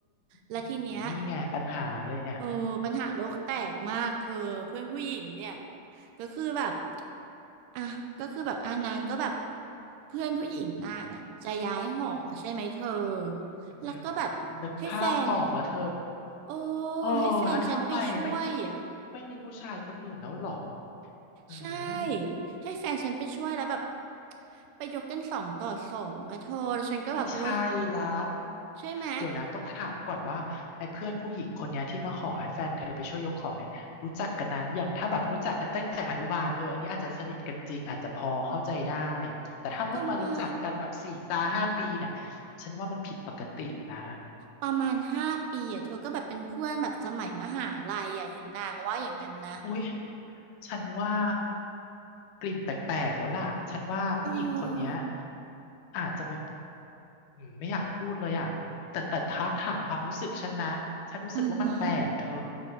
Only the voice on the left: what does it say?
อื้อหือนี่ไงปัญหาเลยเนี่ย
อื้อหือ
นึกภาพออกแล้วเธอ
อออแล้วทำไมไม่มี
ไม่มีผู้ชายคนอื่นแล้วเหรออืม
ไม่ใช่ละ
เดี๋ยวนะต้องถามก่อนว่าไอ้เพื่อนผู้หญิงคนเนี้ยที่มาขอให้แฟนเธอไปช่วยยกของเนี่ยรู้จักกันนานหรือยังถ้าแบบรู้จักกันตั้งแต่อนุบาลเอออันนี้อาจจะสนิทกันจริงอาจจะพอเข้าใจได้แต่ถ้าเพิ่งมารู้จักกันแบบสี่ซาห้าปีเนี่ย
ฉันว่ามันผิดปกตินะ
อุ๊ยฉันว่ากลิ่นแปลกๆแล้วล่ะฉันว่าผู้หญิงคนเนี้ย
อาจจะมาอืมไม่อยากพูดเลยอะแต่แต่ถ้าถามความรู้สึกฉันนะฉันรู้สึกว่ามันแปลกเธอ